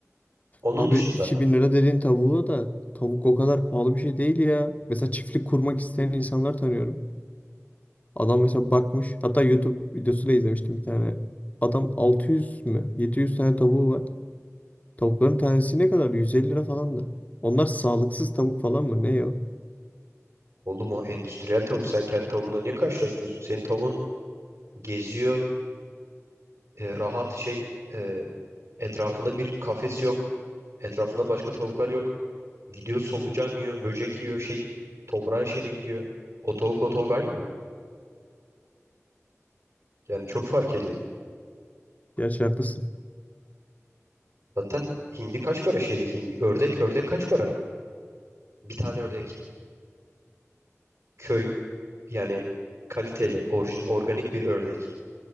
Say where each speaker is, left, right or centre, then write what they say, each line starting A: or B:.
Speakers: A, on the right; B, on the left.
A: Onun
B: Abi
A: dışında
B: 2000 lira dediğin tavuğa da tavuk o kadar pahalı bir şey değil ya. Mesela çiftlik kurmak isteyen insanlar tanıyorum. Adam mesela bakmış. Hatta YouTube videosu da izlemiştim bir tane. Adam 600 mü? 700 tane tavuğu var. Tavukların tanesi ne kadar? 150 lira falan da. Onlar sağlıksız tavuk falan mı? Ne ya?
A: oğlum o endüstriyel tavuk sen kendi tavuğunla niye karşılaştırıyorsun? Senin tavuğun geziyor e, rahat şey e, etrafında bir kafes yok. Etrafında başka tavuklar yok. Gidiyor solucan yiyor, böcek yiyor, şey toprağa şelip yiyor. O tavukla o tavuk aynı mı? Yani çok fark ediyor.
B: Gerçi haklısın.
A: Zaten hindi kaç para şeydeki hindi? Ördek, ördek kaç para? Bir tane ördek. Köy yani kaliteli, orijin, organik bir ördek.